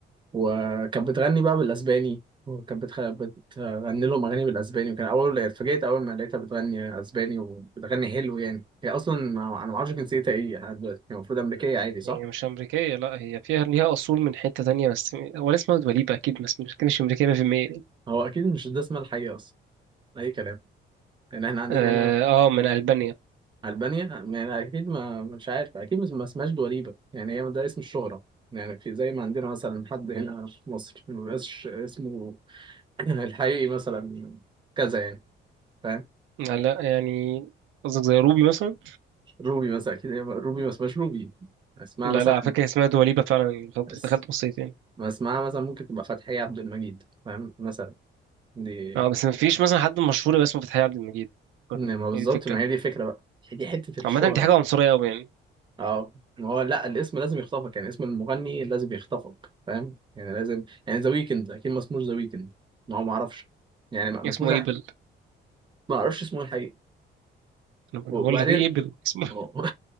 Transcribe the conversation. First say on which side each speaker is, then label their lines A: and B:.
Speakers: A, on the right (about 25°); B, on the right (about 80°).
A: وكانت بتغني بقى بالأسباني وكانت بتخ... بتغني لهم أغاني بالأسباني وكان أول اتفاجئت أول ما لقيتها بتغني أسباني وبتغني حلو يعني هي أصلا ما- أنا معرفش جنسيتها إيه لحد دلوقتي هي المفروض أمريكية عادي صح؟
B: هي مش أمريكية لأ هي فيها ليها أصول من حتة تانية بس هو اسمها دوليبة أكيد بس مش مش أمريكية 100%
A: هو أكيد مش ده اسمها الحقيقي أصلا أي كلام يعني إحنا عندنا
B: آه,
A: هنا
B: آه من ألبانيا
A: ألبانيا يعني أكيد ما مش عارف أكيد مش- ما اسمهاش دواليبة يعني هي ده اسم الشهرة يعني في زي ما عندنا مثلا حد هنا في مصر ما بيبقاش اسمه <laughs> الحقيقي مثلا كذا يعني فاهم
B: لا لا، يعني قصدك زي روبي مثلا
A: روبي مثلا أكيد هي روبي ما اسمهاش روبي اسمها
B: لا
A: مثلا
B: لا على فكرة اسمها دوليبة فعلا يعني دخلت
A: اس...
B: دخلت بصيت يعني
A: ما اسمها مثلا ممكن تبقى فتحية عبد المجيد فاهم مثلا دي
B: اه بس مفيش مثلا حد مشهور باسمه فتحي عبد المجيد فكرني
A: إن ما بالظبط
B: هي دي الفكرة
A: ما هي دي فكرة بقى هي دي حتة الشهرة
B: عامة دي حاجة عنصرية أوي يعني
A: اه ما هو لا الاسم لازم يخطفك يعني اسم المغني لازم يخطفك فاهم يعني لازم يعني ذا ويكند اكيد ما اسموش ذا ويكند ما هو ما اعرفش يعني ما ما
B: اسمه
A: اسموش
B: إيبل
A: ما اعرفش اسمه الحقيقي
B: أنا بقول
A: وبعدين
B: لك إيه إيبل اسمه <laughs>
A: أوه. <laughs>